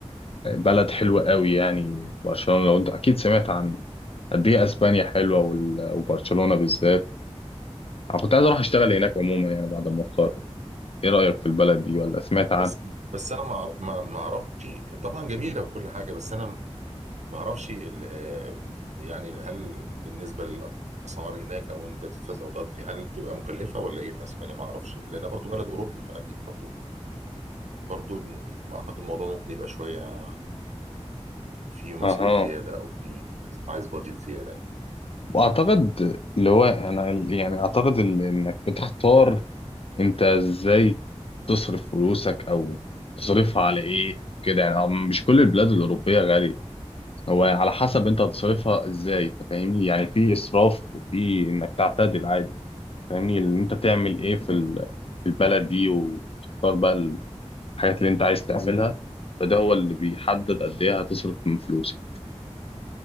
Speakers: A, on the left (about 55°); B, on the right (about 85°).
A: بلد حلوة قوي يعني برشلونة لو انت اكيد سمعت عن قد ايه اسبانيا حلوة وال- وبرشلونة بالذات انا كنت عايز اروح اشتغل هناك عموما يعني بعد ما اتخرج ايه رأيك في البلد دي ولا سمعت عنها
B: بس بس أنا ما أعرف- ما ما أعرفش طبعا جميلة وكل حاجة بس أنا معرفش ال- آه، يعني هل بالنسبة للأسعار هناك أو أنت تدفع أو تقضي فيها هل بتبقى مكلفة ولا إيه في أسبانيا معرفش لأن برضو بلد أوروبي فأكيد برضو برضو ما أعتقد الموضوع ممكن يبقى شوية في مصاريف
A: اها
B: زيادة أو في عايز بادجت زيادة يعني
A: واعتقد اللي هو انا ال- يعني اعتقد ال- انك بتختار انت ازاي تصرف فلوسك او تصرفها على ايه كده يعني أه، مش كل البلاد الأوروبية غالية هو على حسب انت هتصرفها ازاي انت فاهمني يعني في اسراف وفي انك تعتدل عادي فاهمني اللي انت تعمل ايه في ال- في البلد دي وتختار بقى الحاجات اللي انت عايز تعملها فده هو اللي بيحدد قد ايه هتصرف من فلوسك